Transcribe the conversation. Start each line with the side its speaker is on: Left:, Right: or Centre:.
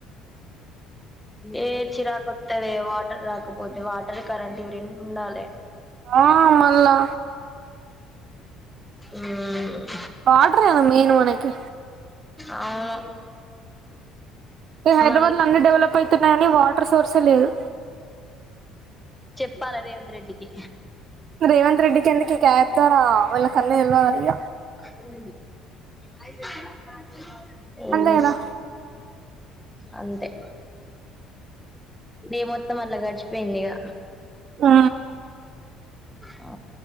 Centre: ఏ చీరాకొత్తదే వాటర్ రాకపో పోతే వాటర్ కరెంట్ ఇవి రెండు ఉండాలె.
Right: ఆ మళ్ళా
Centre: ఉ హు
Right: వాటర్ ఏ నా మెయిన్ మనకి
Centre: అవును
Right: ఈ హైదరాబాద్
Centre: మళ్ళీ
Right: లో అన్ని డెవలప్ అయితున్నాయని, వాటర్ సోర్స్ ఏ లేదు.
Centre: ప్పాలా రేవంత్ రెడ్డికి
Right: రేవంత్ రెడ్డి, కేందుకిగా యాప్ ద్వారా వాళ్ల కన్నీ తెల్వదా ఇగ?
Centre: <inaudible> అఐదు <unintelligible> ఏం
Right: అంతే
Centre: చేస్తు
Right: కదా
Centre: అంతే డే మొత్తం అట్లా గడిచిపోయింది ఇగ
Right: ఆ
Centre: ఆ